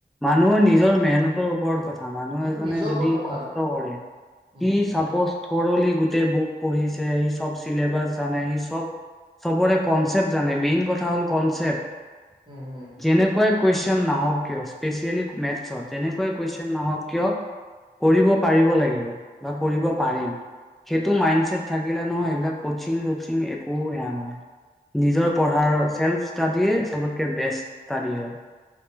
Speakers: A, in the centre; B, on the right.
A: মানুহৰ নিজৰ
B: সেই
A: মেহনতৰ <unintelligible> মানুহ
B: সেইটো
A: এজনে
B: নিজৰ
A: যদি
B: ওপৰত কথা
A: কষ্ট
B: আৰু
A: কৰে,
B: উম,
A: কি
B: হুম,
A: চাপজ সৰলি গোটেই বুক পঢ়িছে সি সব চিলেবাছ জানে সি সব সবৰে কনচেপ্ট জানে, মেইন কথা হ'ল কনচেপ্ট।
B: হুম, হুম।
A: যেনেকুৱাই কোৱেইছন নাহক কিয়, স্পেচিয়েলি মেছত যেনেকুৱাই কোৱেইছন নাহক কিয় কৰিব পাৰিব লাগিব বা কৰিব পাৰিম সেটো মাইনছেট থাকিলে নহয় এই বিলাক কোচিং কোচিং-চছিং একো এয়া নহয়, নিজৰ পঢ়াৰ চেল্ফ ষ্টাডিয়ে সবতকে বেষ্ট ষ্টাডি হয়।